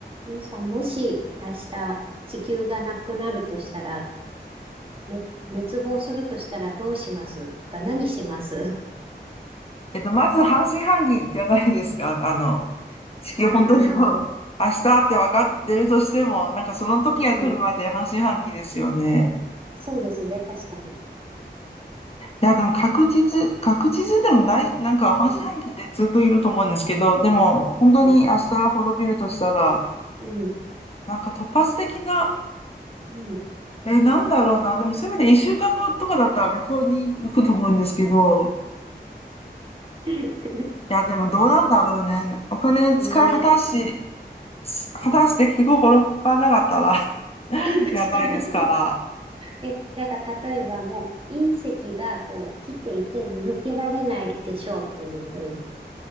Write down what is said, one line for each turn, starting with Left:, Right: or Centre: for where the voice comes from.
Right: ゆいさん、もし明日地球がなくなるとしたら、め、滅亡するとしたらどうしますとか何します
Left: えっと、まず半信半疑じゃないですか。<laughs> あの、地球本当にこう
Right: <laughs> ああ
Left: <laughs> 明日って分かってるとしても、なんかその時が来るまで半信半疑ですよね。
Right: うん、そうですね、確かに。
Left: いや、でも確実、確実でもない、なんか半信半疑でずっといると思うんですけど、
Right: うん、
Left: でも本当に明日滅びるとしたら、
Right: うん、うん。
Left: なんか突発的な、
Right: うん
Left: え、なんだろうな、でもせめて1週間後とかだったら旅行に行くと思うんですけど、
Right: <laughs>
Left: いや、でもどうなんだろうね。お金使い果たし、
Right: ねえ、
Left: し果たして結局転ばなかったら <laughs>
Right: <laughs> 確かに
Left: やばいですから。
Right: え、なんか例えばもう隕石がこう来ていてもう避けられないでしょうっていうふうに、